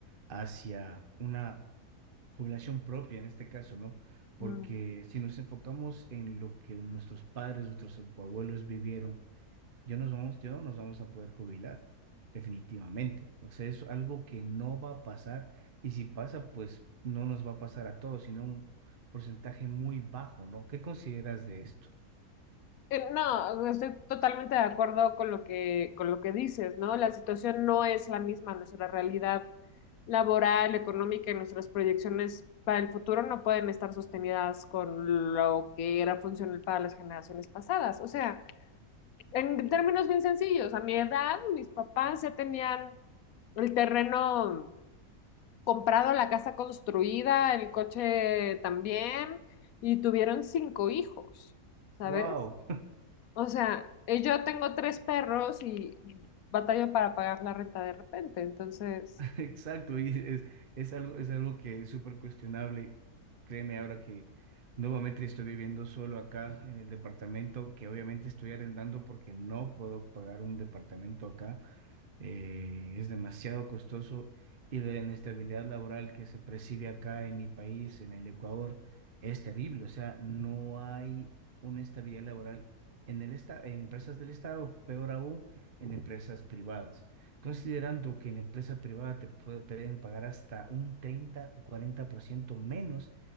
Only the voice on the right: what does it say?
hacia una jubilación propia en este caso, ¿no? Porque
si nos enfocamos en lo que nuestros padres, nuestros abuelos vivieron, yo nos vamos, yo no nos vamos a poder jubilar, definitivamente. O sea, es algo que no va a pasar y si pasa, pues no nos va a pasar a todos, sino un porcentaje muy bajo, ¿no? ¿Qué consideras de esto?
Wow,
<laughs> exacto, y es, es algo, es algo que es súper cuestionable. Créeme ahora que nuevamente estoy viviendo solo acá en el departamento, que obviamente estoy arrendando porque no puedo pagar un departamento acá eh, es demasiado costoso y la inestabilidad laboral que se percibe acá en mi país, en el Ecuador, es terrible. O sea, no hay una estabilidad laboral en el esta- en empresas del Estado, peor aún en empresas privadas. Considerando que en la empresa privada te puede- pueden pagar hasta un 30 o 40% menos